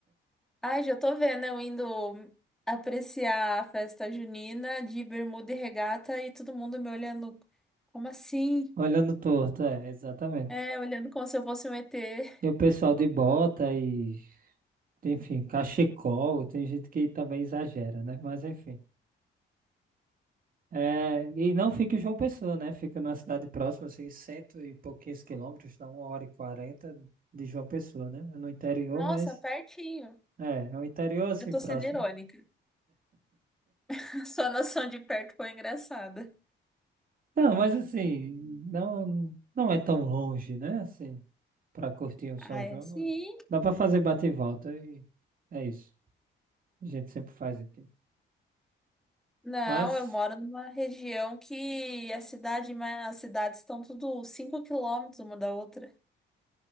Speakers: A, in the centre; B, on the right.
A: Ai, já tô vendo eu indo apreciar a festa junina de bermuda e regata e todo mundo me olhando. Como assim?
B: Olhando torto, é, exatamente.
A: É, olhando como se eu fosse um ET.
B: E o pessoal de bota e, enfim, cachecol, tem gente que também exagera, né? Mas enfim. É, e não fica em João Pessoa, né? Fica numa cidade próxima, assim, cento e pouquinhos quilômetros, dá uma hora e quarenta de João Pessoa, né? É No interior,
A: Nossa,
B: mas
A: pertinho.
B: é, é um interior assim
A: Eu tô
B: próximo.
A: sendo irônica. <laughs> sua noção de perto foi engraçada.
B: Não, mas assim, não, não é tão longe, né? Assim, pra curtir o
A: Ah,
B: São João,
A: é sim.
B: não. Dá pra fazer bate e volta e é isso. A gente sempre faz aqui.
A: Não,
B: Mas,
A: eu moro numa região que a cidade, mas as cidades estão tudo 5 quilômetros uma da outra.